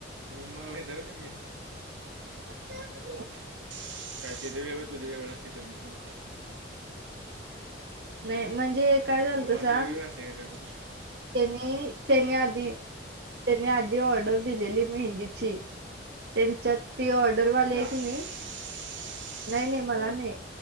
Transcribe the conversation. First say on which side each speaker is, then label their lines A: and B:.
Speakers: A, on the right; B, on the right.
A: मुंबई पाहता का तुम्ही.
B: <unintelligible>
A: काय ते तर वेगळ तू द वेगळं असते कमिशन.
B: नाही म्हणजे काय झालत
A: दोघां
B: सांग
A: दि वेगळी घातली का <unintelligible>
B: त्यांनी त्यानी
A: हां
B: आधी त्यानी आधी ऑर्डर दिलेली मेहंदीची. त्यांच्यात ती ऑर्डरवाली
A: तुला
B: आहे की नाही
A: <inaudible>
B: नाही नाही मला
A: हां
B: नाही